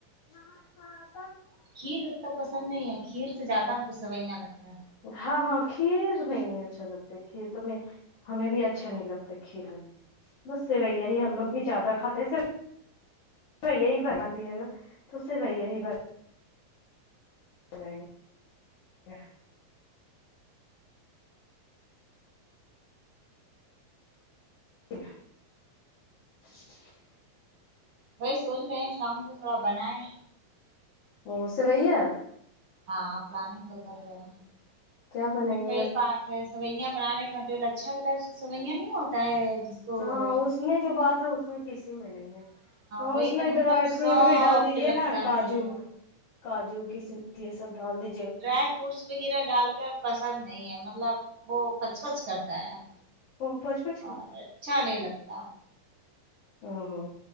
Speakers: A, on the left (about 45°); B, on the right (about 40°).
A: ہاں ہاں <unintelligible>
B: کھیر اتنا پسند نہیں ہے کھیر سے زیادہ ہم کو سوئیاں لگتا ہے
A: ہاں ہاں کھیر نہیں اچھا لگتا کھیر تو میں ہمیں بھی اچھا نہیں لگتا کھیر ہمیں بس سوئیاں ہی ہم لوگ بھی زیادہ کھاتے ہیں سے تو یہی پسند بھی ہے نا تو سیویاں ہی بن جائے گے کیا خ
B: وہی سوچ رہے ہیں شام کو تھوڑا بنائے
A: او سیویان
B: ہاں پلاننگ تو کر رہے ہیں
A: کیا بنائیے
B: لیکن وہی
A: گا
B: بات تو سویاں بنانے کا جو اچھا گلا سویاں نہیں ہوتا ہے جس کو
A: ہاں اس میں جو بات ہے اس میں کسی میں نہیں ہے ہاں
B: وہ
A: اس
B: ایک
A: میں
B: دم
A: ڈرائی
B: ایک دم سافٹ
A: فروٹ بھی ڈال دیجے
B: لگتا
A: نا کاجو
B: ہے
A: کاجو کسمش یہ سب ڈال دیں
B: ڈرائی فروٹس وغیرہ ڈال کر پسند نہیں ہے مطلب وہ کچ کچ کرتا ہے
A: وہ پچ پچ
B: اور اچھا نہیں لگتا
A: او ہو